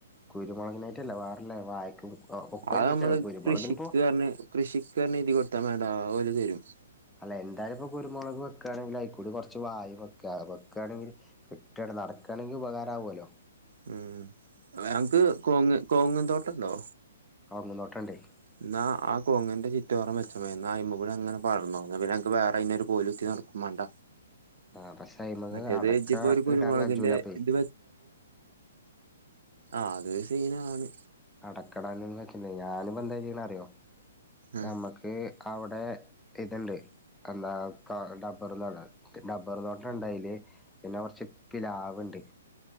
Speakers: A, in the centre; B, on the right (about 60°).
A: കുരുമുളകിനായിട്ടല്ല വേറല്ലെ വായക്കും ഒക്കെ
B: അത്
A: ഒരുമിച്ചക്ക
B: നമ്മള്
A: കുരുമുളകിനിപ്പോ
B: കൃഷിക്ക് പറഞ്ഞ് കൃഷിക്ക് പറഞ്ഞ് എയ്തി കൊട്ത്താ മതിയെടാ ഓല് തരും.
A: അല്ല എന്തായാലുപ്പൊ കുരുമുളക് വെക്കാണെങ്കിൽ അയ്ക്കൂടി കൊർച്ച് വാഴിം വെക്ക വെക്കാണെങ്കില് കിട്ടാണെ നടക്കാണെങ്കി ഉപകാരാവോലോ
B: ഉം അൻക്ക് കോങ്ങ് കോങ്ങും തോട്ടംണ്ടോ?
A: കൗങ്ങും ത്തോട്ടണ്ടെയ്
B: ഇന്നാ ആ കൗങ്ങിന്റെ ചുറ്റോറും വെച്ചാ മതി ഇന്നാ അയ്മക്കൂടങ്ങനെ പടർന്നോളും ഇന്നാ പിന്നൻക് വേറയ്നൊരു കോലുത്തി നടക്കും മാണ്ട.
A: ആഹ് പക്ഷയ്മക്ക്
B: മറ്റേത്
A: അടക്ക
B: ഇജ്ജിപ്പോ ഒരു കുരുമുളകിന്റെ
A: ഇടാൻ കജ്ജൂലപ്പൊയ്
B: ഇത് ആഹ് അതൊരു സീനാണ്
A: അടക്കടാനൊന്നും പറ്റൂലെയ് ഞാനിപ്പെന്താ ചെയ്യ്ണറിയോ?
B: ഉം
A: നമ്മക്ക് അവ്ടെ ഇത്ണ്ട് എന്താ ക ഡബ്ബർ തോട്ട ഡബ്ബർ തോട്ടണ്ടയ്ല് പിന്നെ കൊർച്ച് പ്ലാവ്ണ്ട്.